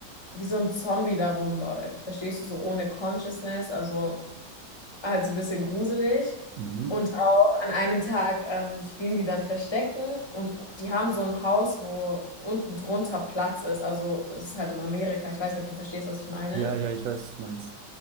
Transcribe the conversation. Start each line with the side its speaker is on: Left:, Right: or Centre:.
Left: wie so ein Zombie da rumläuft. Verstehst du, so ohne Consciousness, also also ein bisschen gruselig.
Right: Mhm.
Left: Und auch an einem Tag ähm, spielen die dann Verstecken und die haben so ein Haus, wo unten drunter Platz ist. Also das ist halt in Amerika. Ich weiß nicht, ob du verstehst, was ich meine.
Right: Ja, ja, ich weiß, was du meinst.